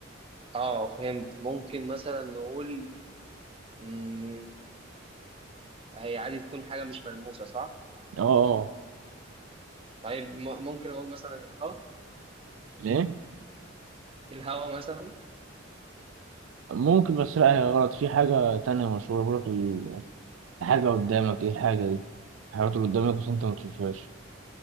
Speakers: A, on the right; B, on the right.
A: اه فهمت ممكن مثلا نقول مم. هي عادي تكون حاجة مش ملموسة صح؟
B: اه اه
A: طيب م- ممكن أقول مثلا الهواء
B: ليه
A: الهواء مثلا
B: ممكن بس لا هي غلط في حاجة تانية مشهورة بيقولك ال- الحاجة قدامك ايه الحاجة دي الحاجات اللي قدامك بس انت ما بتشوفهاش